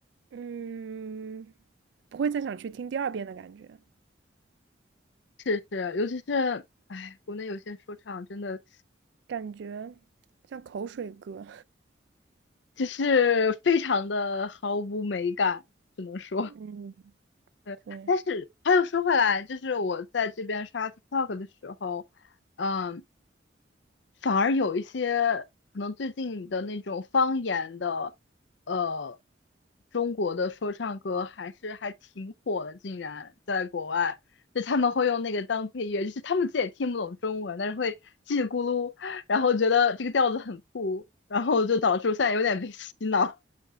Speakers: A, on the right; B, on the left.
A: 嗯，不会再想去听第二遍的感觉，
B: 是是，尤其是哎，国内有些说唱真的
A: 感觉像口水歌，
B: 就是非常的毫无美感，只能说。
A: <laughs> 嗯，
B: 对，
A: 对，
B: 但是话又说回来，就是我在这边刷 TikTok 的时候，嗯，反而有一些可能最近的那种方言的，呃，中国的说唱歌还是还挺火的，竟然在国外，就他们会用那个当配乐，就是他们自己也听不懂中文，但是会叽里咕噜，然后觉得这个调子很酷，然后就导致我现在有点被洗脑，